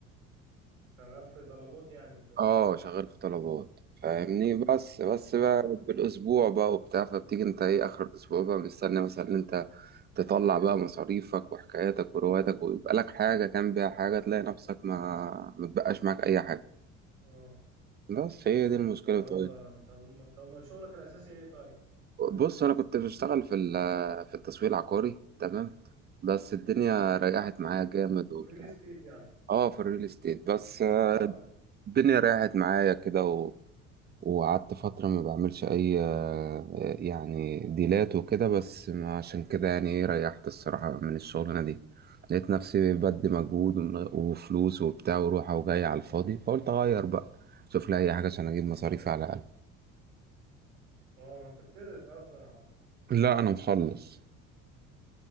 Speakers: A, on the right; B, on the right.
A: شغال في طلبات يعني وكده
B: اه شغال في طلبات فاهمني بس بس
A: اه
B: بقى بالاسبوع بقى وبتاع فبتيجي انت ايه اخر الاسبوع بقى مستني مثلا ان انت تطلع بقى مصاريفك وحكاياتك ورواياتك ويبقى لك حاجه كان بيها حاجه تلاقي نفسك ما متبقاش معاك اي حاجه
A: اه
B: بس هي دي المشكله
A: اه
B: بتاعتي
A: طب ما طب ما شغلك الأساسي ايه طيب؟
B: بص انا كنت بشتغل في ال- في التسويق العقاري تمام بس الدنيا ريحت معايا جامد وبتاع
A: ريل استيت يعني
B: اه في الريل استيت بس
A: اه
B: الدنيا ريحت معايا كده وقعدت فترة ما بعملش أي آه، يعني ديلات وكده بس ما- عشان كده يعني إيه ريحت الصراحة من الشغلانة دي لقيت نفسي بدي مجهود ومن غ- وفلوس وبتاع وروحة وجاية على الفاضي فقلت أغير بقى شوف لي أي حاجة عشان أجيب مصاريفي على الأقل
A: اه انت بتدرس اصلا يا عبد
B: لا أنا مخلص